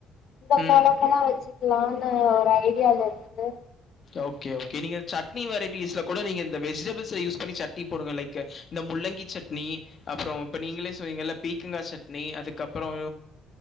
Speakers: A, on the left; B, on the left.
A: இந்த
B: ம்
A: கொழம்பலா வச்சு க்குலானு ஒரு ஐடியால இருக்கு
B: ஓகே ஓகே நீங்க சட்னி வெரைட்டிஸ்ல கூட நீங்க இந்த வெஜிடபிள்ஸ் யூஸ் பண்ணி சட்னி போடுங்க லைக் இந்த முள்ளங்கி சட்னி அப்றோ இப்ப நீங்ளே சொன்னீங்கள பீக்கங்கா சட்னி அதுக்கப்றோ